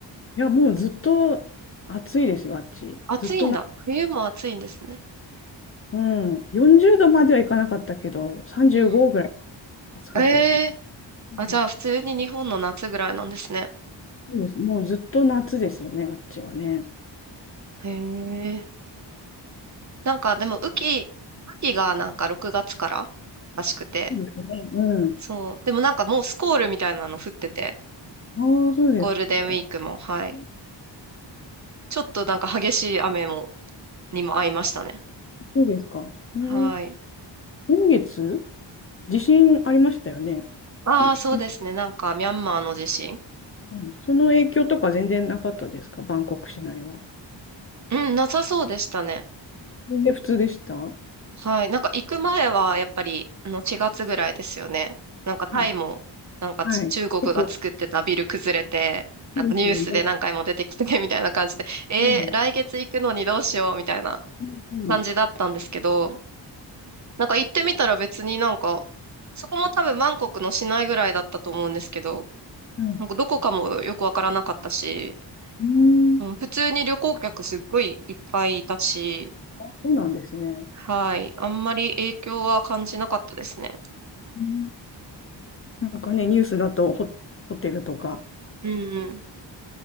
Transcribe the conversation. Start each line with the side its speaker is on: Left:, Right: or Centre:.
Left: いや、もうずっと暑いですよ、あっち。
Right: 暑いんだ。
Left: ずっとな、
Right: 冬も暑いんですね。
Left: うん、40度まではいかなかったけど、35ぐらい
Right: うん。
Left: 暑かったですね。
Right: ええ
Left: うん
Right: あ、じゃあ普通に日本の夏ぐらいなんですね。
Left: そうです。もうずっと夏ですよね、あっちはね。
Right: へえ。なんかでも雨季、雨季がなんか6月かららしくて。
Left: そうですね。うん。
Right: そう。でもなんかもうスコールみたいなの降ってて、
Left: ああ、そうですか。
Right: ゴールデンウィークも、はい。
Left: うん
Right: ちょっとなんか激しい雨も、にも合いましたね。
Left: そうですか。うん
Right: はい。
Left: 先月、地震ありましたよね。
Right: ああ、
Left: せ先生、
Right: そうですね。なんかミャンマーの地震。
Left: うんその影響とか全然なかったですか、バンコク市内は。
Right: うん、なさそうでしたね。
Left: 全然普通でした
Right: はい。なんか行く前は、やっぱり、あの、4月ぐらいですよね。なんかタイも、
Left: うん。
Right: なんかち中国が作ってたビル崩れて、
Left: はい。結構。
Right: なんかニュースで何回も出てきててみたいな感じで、
Left: いいですよね。
Right: えー、
Left: うん。
Right: 来月行くのにどうしよう、みたいな
Left: うん。
Right: 感じだったんですけど、なんか行ってみたら別になんか、そこも多分バンコクの市内ぐらいだったと思うんですけど、
Left: はい。
Right: なんかどこかもよくわからなかったし、
Left: うー
Right: うん、
Left: ん。
Right: 普通に旅行客すっごいいっぱいいたし、
Left: あ、そうなんですね。
Right: はい。あんまり影響は感じなかったですね。
Left: うん。なんかね、ニュースだとホ、ホテルとか、
Right: うんうん。